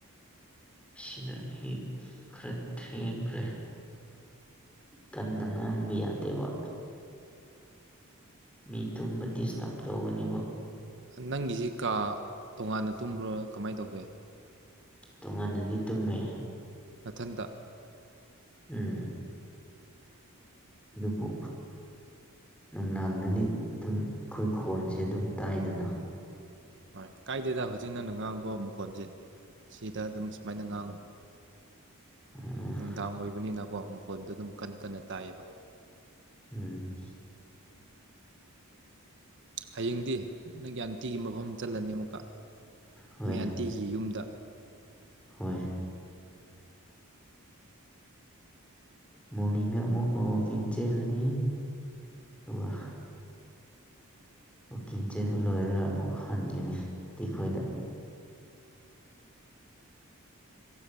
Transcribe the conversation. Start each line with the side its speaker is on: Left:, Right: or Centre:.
Centre: ꯁꯤꯅ ꯍꯤ ꯈꯔ ꯊꯦꯡꯈ꯭ꯔꯦ ꯀꯟꯅ ꯉꯥꯡꯕ ꯌꯥꯗꯦꯕ ꯃꯤ ꯇꯨꯝꯕ ꯗꯤꯁꯇꯔꯕ ꯇꯧꯒꯅꯦꯕ
Right: ꯅꯪꯒꯤꯁꯤ ꯀꯥ ꯇꯣꯉꯥꯟꯅ ꯇꯨꯝꯕ꯭ꯔꯣ ꯀꯃꯥꯏꯅ ꯇꯧꯒꯦ
Centre: ꯇꯨꯡꯉꯥꯟꯟꯅꯗꯤ ꯇꯨꯝꯃꯤ
Right: ꯃꯊꯟꯇ
Centre: ꯎꯝ ꯑꯗꯨꯕꯨ ꯅꯨꯡꯗꯥꯡꯅꯗꯤ ꯑꯗꯨꯝ ꯑꯩꯈꯣꯏ ꯈꯣꯟꯁꯦ ꯑꯗꯨꯝ ꯇꯥꯏꯗꯅ
Right: ꯍꯣꯏ ꯀꯥꯏꯗꯦꯗ ꯍꯧꯣꯖꯤꯅ ꯑ ꯉꯥꯡꯕ ꯃꯈꯣꯟꯁꯦ ꯁꯤꯗ ꯑꯗꯨꯝ ꯁꯨꯃꯥꯏꯅ ꯉꯥꯡꯉꯨ
Centre: ꯎꯝ
Right: ꯅꯨꯡꯗꯥꯡ ꯑꯣꯏꯕꯅꯤꯅ ꯃꯈꯣꯣꯟꯗꯣ ꯑꯗꯨꯝ ꯀꯟ ꯀꯟꯅ ꯇꯥꯏꯌꯦꯕ
Centre: ꯎꯝ
Right: ꯍꯌꯦꯡꯗꯤ ꯅꯪꯒꯤ ꯑꯟꯇꯤꯒꯤ ꯃꯐꯝ ꯆꯠꯂꯅꯤ ꯑꯃꯨꯛꯀ
Centre: ꯍꯣꯏ
Right: ꯅꯣꯏ ꯑꯟꯇꯤꯒꯤ ꯌꯨꯝꯗ
Centre: ꯍꯣꯏ ꯃꯣꯔꯅꯤꯡꯒ ꯑꯃꯨꯛ ꯋꯥꯛꯀꯤꯡ ꯆꯦꯜꯂꯅꯤ ꯑꯗꯨꯒ ꯀꯋꯛꯀꯤꯡ ꯆꯦꯟꯕ ꯂꯣꯏꯔꯒ ꯑꯃꯨꯛ ꯍꯟꯒꯅꯤꯤ ꯑꯩꯈꯣꯏꯗ